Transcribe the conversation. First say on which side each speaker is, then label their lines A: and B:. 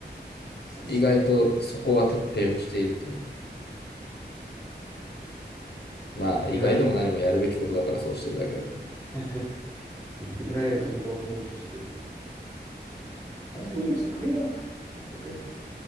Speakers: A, on the left (about 20°); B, on the left (about 65°).
A: そうっすね。
B: 意外とそこは徹底をしているという。まあ、
A: 偉い。
B: 意外とも何もやるべきことだからそうしてるだけだけど。
A: <laughs> 偉いよ、ちゃんと、もう必死で。会社も許してくれや。まったく。